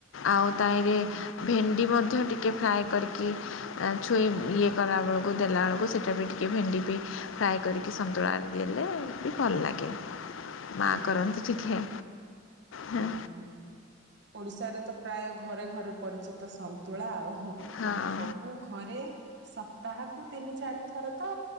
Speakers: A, on the left (about 70°); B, on the right (about 60°).
A: ଆଉ ତାଇଁରେ
B: ହୁଁ ହୁଁ
A: ଭେଣ୍ଡି ମଧ୍ୟ ଟିକେ ଫ୍ରାଏ କରିକି
B: <inaudible>
A: ଆ, ଛୁଇଁ ଇଏ କଲାବେଳକୁ ଦେଲାବେଳକୁ ସେ ସେଟା ବି ଟିକେ, ଭେଣ୍ଡି ବି ଫ୍ରାଏ କରିକି ସନ୍ତୁଳାରେ ଦେଲେ ବି ଭଲ ଲାଗେ। ମା
B: ହୁଁ
A: କରନ୍ତି ଟିଖେ, ହଁ।
B: ହୁଁ ହୁଁ। ଓଡିଶାରେ ତ ପ୍ରାୟ ଘରେ ଘରେ ପରିଚିତ ସନ୍ତୁଳା ଆଉ
A: ହଁ
B: ସବୁ ଘରେ ସପ୍ତାହକୁ ତିନି ଚାରି ଥର ତ